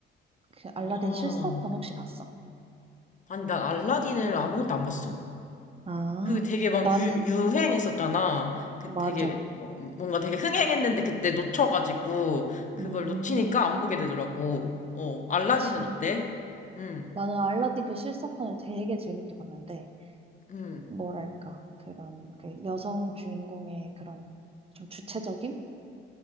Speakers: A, on the right; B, on the left.
A: 그 알라딘
B: 아
A: 실사판 혹시 봤어?
B: 아니 난 알라딘을 아무것도 안 봤어
A: 아,
B: 그 되게 막
A: 나는,
B: 유, 유행했었잖아 그
A: 맞아.
B: 되게 뭐 뭔가 되게 흥행했는데 그때 놓쳐가지고 그걸
A: 음,
B: 놓치니까 안 보게 되더라고 어 알라딘은
A: 그치.
B: 어때? 응
A: 나는 알라딘 그 실사판을 되게 재밌게 봤는데,
B: 응
A: 뭐랄까, 그런 그 여성 주인공의 그런 좀 주체적인?